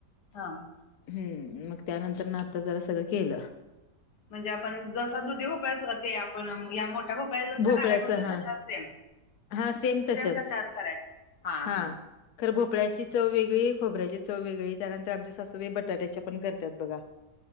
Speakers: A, on the left; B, on the left.
A: हां.
B: हम्म मग त्यानंतर ना आत्ता जरा सगळं केलं.
A: म्हणजे आपण जसा दुधी भोपळा असतोय बघा ते आपण या मोठ त्या भोपळ्याच्या जश्या
B: भोपळ्याचं
A: घाऱ्या करतोय
B: हा
A: तशाच सेम
B: हा तशाच
A: सेम तशाचं करायच हा
B: हां.
A: हा.
B: खरं भोपळ्याची चव वेगळी खोबऱ्याची चव वेगळी त्यानंतर आमच्या सासूबाई बटाट्याच्या पण करतात बघा.